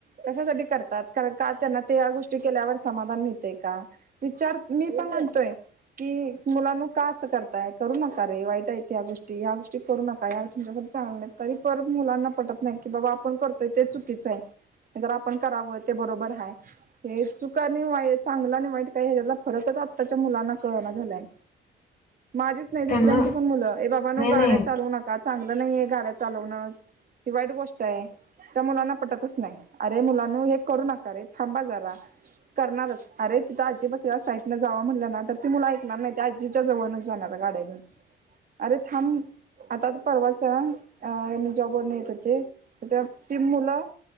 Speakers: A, on the right (about 45°); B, on the left (about 45°).
A: कशासाठी करतात कारण का त्यांना त्या गोष्टी केल्यावर समाधान मिळते का विचार मी पण म्हणतोय कि मुलांन का असं करताय करू नका रे वाईट आहेत या गोष्टी या गोष्टी करू नका या तुमच्यासाठी चांगलं तरी पर मुलांना पटत नाही की बाबा आपण करतोय ते चुकीचं आहे जर आपण करावं ते बरोबर आहे हे चुका आणि वाईट चांगलं आणि वाईट काय ह्याच्याला फरकच आत्ताच्या मुलांना कळवना झालाय माझीच नाही दुसऱ्यांची
B: त्यांना
A: पण मुलं बाबा नो
B: नाही
A: गाड्या
B: नाही
A: चालवू नका चांगलं नाहीये गाड्या चालवणं ही वाईट गोष्ट आहे त्या मुलांना पटतच नाही अरे मुलान हे करू नकाे थांबा जरा करणारच अरे तिथं आजी बसला साईडनं जावा म्हणलं ना तर ती मुला ऐकणार नाही आज जिच्या जवळच जाणार गाड्या घेऊन अरे थांब आता आता परवाताना अ जॉबर नाही येत ते ती मुलं